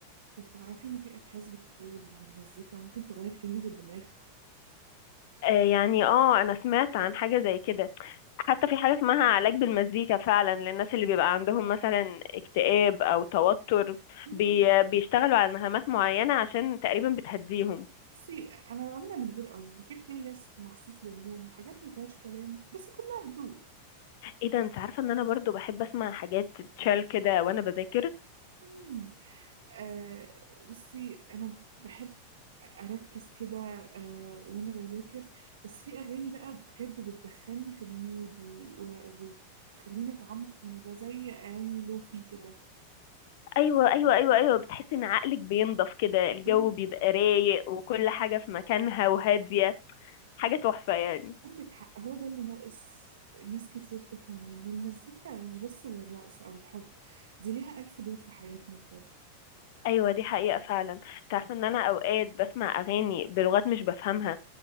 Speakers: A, on the right (about 60°); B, on the left (about 50°).
A: طب تعرفي إن في أبحاث بتقول إن المزيكا ممكن تغير كمية الدماغ
B: آه يعني اه انا سمعت عن حاجه زي كده حتى في حاجة اسمها علاج بالمزيكا فعلا للناس اللي بيبقى عندهم مثلا اكتئاب أو توتر
A: مم.
B: بي بيشتغلوا على نغمات معينة عشان تقريبا بتهديهم
A: بصي انا بعملها من غير قصد في بلاي ليست مخصوص للنوم حاجات ما فيهاش كلام بس كلها هدوء
B: ايه ده انت عارفة ان انا برضو بحب اسمع حاجات تشال كده وانا بذاكر
A: مم. آه بصي انا بحب اركز كده آه وانا بذاكر بس في اغاني بقى بجد بتدخلني في المود وبتخليني و... و- وبتخليني اتعمق في الموضوع زي اغاني لوفي كده
B: ايوه ايوه ايوه ايوه بتحس ان عقلك بينضف كده الجو
A: ايوه
B: بيبقى رايق وكل حاجة في مكانها وهادية حاجة تحفة يعني
A: عندك حق هو ده اللي ناقص ناس كتير تفهمه ان المزيكا مش بس للرقص او الحب دي ليها الف دور في حياتنا بجد
B: ايوه دي حقيقة فعلا انت عارفة ان انا اوقات بسمع اغاني بلغات مش بفهمها